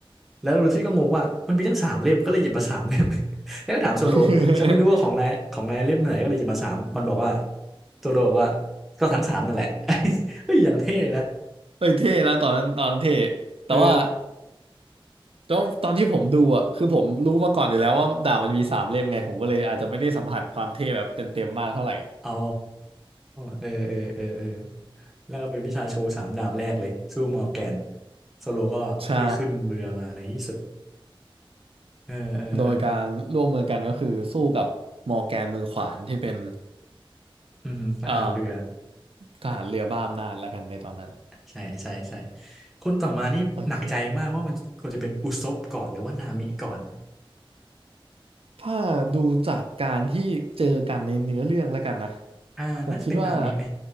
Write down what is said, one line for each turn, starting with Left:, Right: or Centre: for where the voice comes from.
Centre: แล้วลูฟี่ก็งงว่ามันมีทั้งสามเล่มก็เลยหยิบมาสามเล่ม แล้วก็ถามโซโลฉันไม่รู้ว่าของนายของนายเล่มไหนก็เลยหยิบมาสามมันบอกว่า
Right: <laughs>
Centre: โซโลบอกว่าก็ทั้งสามนั่นแหละ <laughs> เฮ้ยอย่างเท่เลยนะ
Right: เฮ้ยเท่นะตอนนั้นตอนนั้นเท่แต่ว่า
Centre: เออ
Right: ตอนตอนที่ผมดูอ่ะคือผมรู้มาก่อนอยู่แล้วว่าดาบมันมีสามเล่มไงผมก็เลยอาจจะไม่ได้สัมผัสความเท่แบบเต็มๆมากเท่าไหร่
Centre: อ๋อเออเออเออเออแล้วก็เป็นวิชาโชว์สามดาบแรกเลยสู้มอร์แกนโซโลก็ได้ขึ้นเรือมาในที่สุด
Right: ใช่
Centre: เออเออเออ
Right: โดยการร่วมมือกันก็คือสู้กับมอร์แกนมือขวานที่เป็น
Centre: อืมทหารเรือ
Right: เอ่อทหารเรือบ้าอำนาจแล้วกันในตอนนั้น
Centre: ใช่ใช่ใช่คนต่อมานี่หนักใจมากว่ามันควรจะเป็นอุซบก่อนหรือว่านามิก่อน
Right: โอเค ถ้าดูจากการที่เจอกันในเนื้อเรื่องแล้วกันนะ
Centre: อ่าน่าจะเป็นนามิไหม
Right: ผมคิดว่า